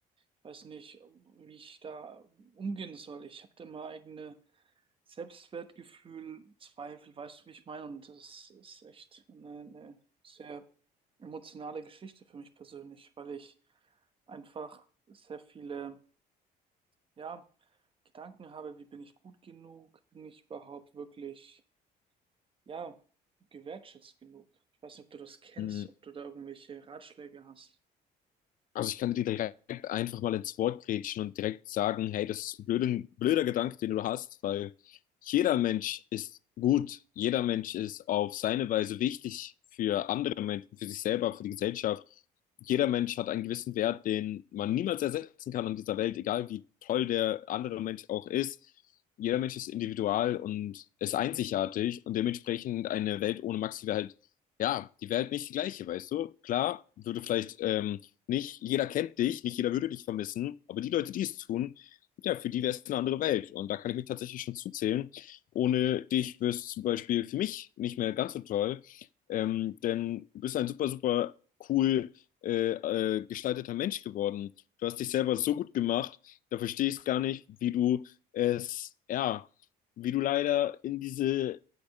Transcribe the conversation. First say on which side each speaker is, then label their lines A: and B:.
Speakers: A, on the right; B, on the left.
A: Ich weiß nicht, wie ich da umgehen soll. Ich habe da mal eigene Selbstwertgefühl, Zweifel, weißt du, wie ich meine? Und das ist echt eine, eine sehr emotionale Geschichte für mich persönlich, weil ich einfach sehr viele, ja, Gedanken habe, wie bin ich gut genug? Bin ich überhaupt wirklich, ja, gewertschätzt genug? Ich weiß nicht, ob du das kennst,
B: Hm,
A: ob du da irgendwelche Ratschläge hast.
B: Also ich kann dir direkt einfach mal ins Wort grätschen und direkt sagen, hey, das ist ein blöder, blöder Gedanke, den du hast, weil jeder Mensch ist gut, jeder Mensch ist auf seine Weise wichtig für andere Menschen, für sich selber, für die Gesellschaft. Jeder Mensch hat einen gewissen Wert, den man niemals ersetzen kann in dieser Welt, egal wie toll der andere Mensch auch ist. Jeder Mensch ist individual und ist einzigartig und dementsprechend eine Welt ohne Max wäre halt, ja, die wäre halt nicht die gleiche, weißt du? Klar, würde vielleicht ähm, nicht jeder kennt dich, nicht jeder würde dich vermissen, aber die Leute, die es tun, ja, für die wäre es eine andere Welt. Und da kann ich mich tatsächlich schon zuzählen. Ohne dich wäre es zum Beispiel für mich nicht mehr ganz so toll, ähm, denn du bist ein super, super cool äh, äh, gestalteter Mensch geworden. Du hast dich selber so gut gemacht, da verstehe ich es gar nicht, wie du es, ja, wie du leider in diese